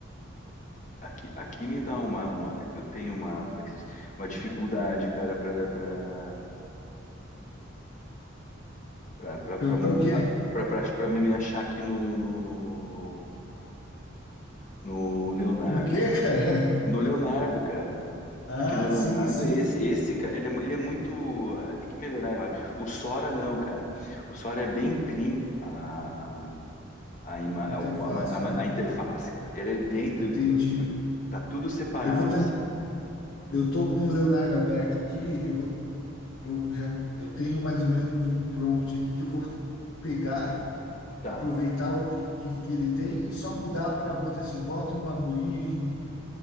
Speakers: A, on the left (about 40°); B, on the left (about 90°).
A: aqui, aqui me dá uma, uma. Eu tenho uma, como é que se diz? Uma dificuldade, cara, pra, pra, pra, pra,
B: pra,
A: pra montar.
B: pra o quê?
A: Pra, pra, pra me achar aqui no, no, no, no, no no Leonardo,
B: No quê,
A: cara.
B: cara?
A: No
B: <laughs>
A: Leonardo, cara.
B: Ah,
A: Aqui no Leonardo,
B: sim, sim,
A: esse,
B: sim.
A: esse ca- ele, é, mu- ele é muito. ah, Tem que melhorar a imagem. O Sora, não, cara. O Sora é bem clean a, a, a, ima-
B: Interface,
A: a, o- a ma- a ma-
B: né?
A: a interface, cara. Ele é bem tranquila.
B: Entendi.
A: Tá tudo separado,
B: Eu vou
A: assim.
B: Eu tô com o Leonardo aberto aqui. Eu vou, eu já, eu tenho mais ou menos um prompt aqui que eu vou pegar,
A: Tá,
B: aproveitar o que, que, que ele tem e só mudar para botar assim, bota um aborígene com